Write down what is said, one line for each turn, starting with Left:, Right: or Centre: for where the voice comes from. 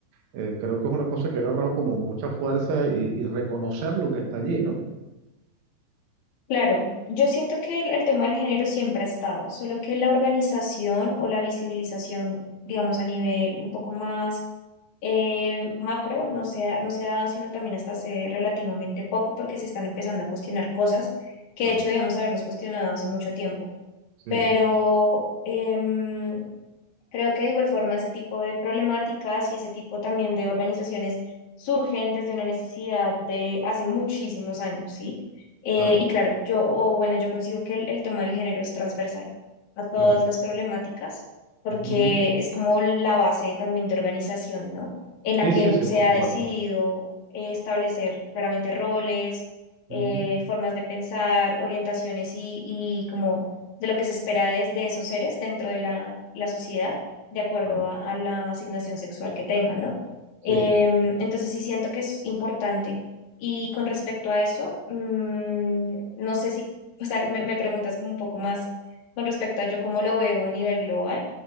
Right: eh, creo que es una cosa que ha agarrado como mucha fuerza y, y reconocer lo que está allí, ¿no?
Left: Claro, yo siento que el, el tema del género siempre ha estado, solo que la organización o la visibilización, digamos, a nivel un poco más eh, macro, no se ha, no se ha dado, sino también hasta hace relativamente poco, porque se están empezando a cuestionar cosas que
Right: Claro,
Left: de hecho debemos habernos cuestionado hace mucho tiempo.
Right: sí,
Left: Pero, em, Creo que de igual forma ese tipo de problemáticas y ese tipo también de organizaciones surgen desde una necesidad de hace muchísimos años, ¿sí? Eh,
Right: claro,
Left: y claro, yo, o bueno, yo consigo que el, el tema del género es transversal a todas
Right: claro.
Left: las problemáticas, porque
Right: Ujú.
Left: es como la base también de organización, ¿no? En la
Right: Sí,
Left: que
Right: sí, sí,
Left: se
Right: por
Left: ha
Right: supuesto.
Left: decidido eh, establecer claramente roles, eh,
Right: Ujú.
Left: formas de pensar, orientaciones y, y como de lo que se espera de, de esos seres dentro de la la sociedad de acuerdo
Right: Claro,
Left: a, a la asignación sexual que tenga, ¿no?
Right: sí.
Left: Em, entonces sí siento que es importante. Y con respecto a eso, mm, no sé si, o sea, me, me preguntas como un poco más con respecto a yo cómo lo veo a nivel global,